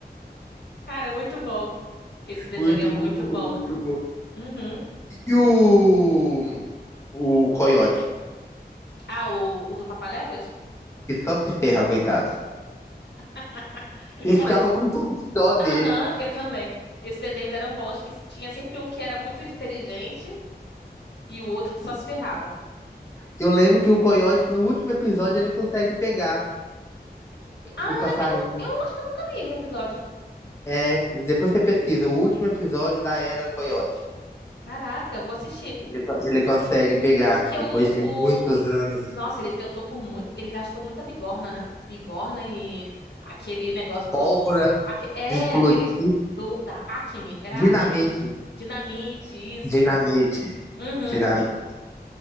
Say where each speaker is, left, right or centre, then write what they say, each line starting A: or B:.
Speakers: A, on the left; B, on the left.
A: Cara, muito bom. Esse desenho
B: Muito,
A: é muito
B: muito
A: bom.
B: bom, muito bom.
A: Uhum.
B: E o. O Coyote,
A: Ah, o, o do Papaléguas?
B: que só se ferra, coitado.
A: <laughs>
B: Eu
A: Cara,
B: ficava
A: esse...
B: com um pouco de dó dele.
A: Aham, eu também. Esses desenhos eram bons, que tinha sempre um que era muito inteligente e o outro que só se ferrava.
B: Eu lembro que o coiote, no último episódio, ele consegue pegar
A: Ah,
B: o passarinho.
A: eu não, eu acho que eu nunca vi esse episódio.
B: É, depois você pesquisa, o último episódio da Era Coiote.
A: Caraca, eu vou assistir.
B: Ele, ele consegue pegar,
A: Porque
B: depois
A: o,
B: de
A: o...
B: muitos anos.
A: Nossa, ele tentou por muito... Ele gastou muita bigorna, né? Bigorna e aquele negócio do...
B: Pólvora
A: aque- É,
B: de explodir.
A: aqueles do... da Acme. Era
B: Dinamite.
A: Acme. Dinamite, isso.
B: Dinamite.
A: Uhum.
B: Dinamite.